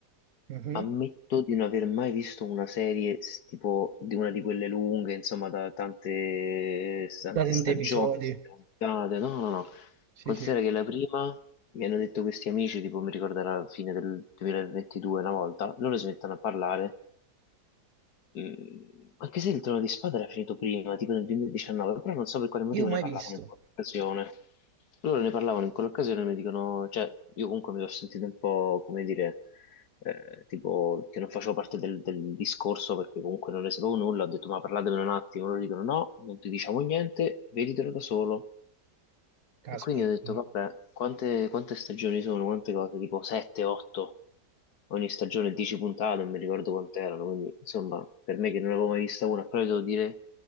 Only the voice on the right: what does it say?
Mhm.
Da tanti
episodi.
Sì,
sì.
Io ho
mai
visto.
Caspita.